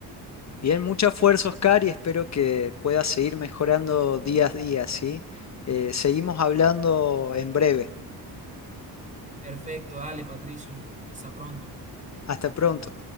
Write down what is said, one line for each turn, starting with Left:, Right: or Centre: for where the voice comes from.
Left: Bien, mucha fuerza, Oscar, y espero que puedas seguir mejorando día a día, ¿sí? Eh, seguimos hablando en breve.
Right: Perfecto, dale, Patricio, hasta pronto.
Left: Hasta pronto.